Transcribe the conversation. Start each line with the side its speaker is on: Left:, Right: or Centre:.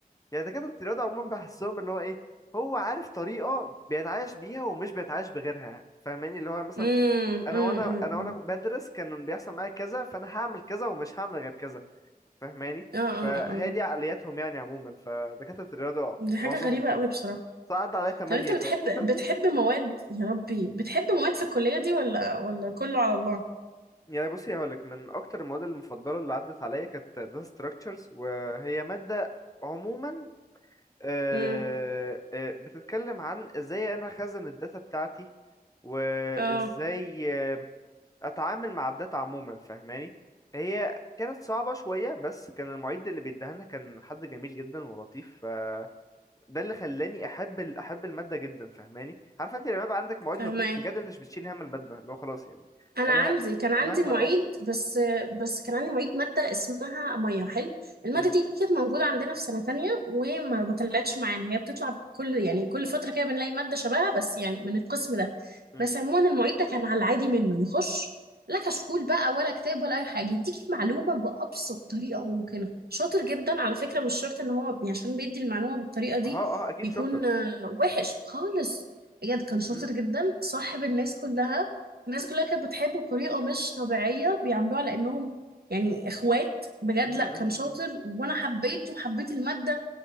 Left: يعني دكاترة الرياضة عموما بحسهم اللي هو ايه هو عارف طريقة بيتعايش بيها ومش بيتعايش بغيرها فاهماني اللي هو مثلا
Right: امم
Left: انا
Right: امم
Left: وانا انا
Right: امم
Left: وانا بدرس كان بيحصل معايا كذا فانا هعمل كذا ومش هعمل غير كذا فاهماني
Right: اه اه
Left: فهي
Right: اه
Left: دي عقلياتهم يعني عموما فدكاترة الرياضة
Right: دي حاجة
Left: معظمهم
Right: غريبة
Left: كده
Right: قوي بصراحة
Left: فعدى عليا تمانية
Right: طب أنت بتحب
Left: ف <laughs>
Right: بتحب مواد يا ربي بتحب مواد في الكلية دي ولا ولا كله على الله
Left: يعني بصي هقولك من أكتر المواد المفضلة اللي عدت عليا كانت data structures وهي مادة عموما آه،
Right: امم
Left: آه، بتتكلم عن ازاي انا خزن الداتا بتاعتي وازاي
Right: اه
Left: آه، اتعامل مع الداتا عموما فاهماني هي كانت صعبة شوية بس كان المعيد اللي بيديها لنا كان حد جميل جدا ولطيف فده اللي خلاني احب ال- احب المادة جدا فاهماني عارفه انت لما يبقى عندك معيد
Right: فهمك
Left: لطيف بجد انت مش بتشيل هم المادة اللي هو خلاص يعني
Right: انا
Left: انا
Right: عندي
Left: ه-
Right: كان عندي
Left: مهما
Right: معيد
Left: اه
Right: بس بس كان عندي معيد ماده اسمها ميه حلو الماده
Left: م-
Right: دي كانت موجوده عندنا في سنه تانية وما ما طلعتش معانا هي بتطلع كل يعني كل فتره كده بنلاقي ماده شبهها بس يعني من القسم ده
Left: م-
Right: بس عموما المعيد ده كان على العادي منه يخش لا كشكول بقى ولا كتاب ولا اي حاجه يديك المعلومه بابسط طريقه ممكنه شاطر جدا على فكره مش شرط ان هو بي- عشان بيدي المعلومه بالطريقه دي
Left: اه اه اكيد
Right: يكون
Left: شاطر
Right: آه، وحش خالص بجد كان شاطر
Left: م-
Right: جدا صاحب الناس كلها الناس كلها كانت بتحبه بطريقة مش طبيعية بيعاملوه على إنهم يعني إخوات بجد
Left: <laughs>
Right: لأ كان شاطر وأنا حبيته وحبيت المادة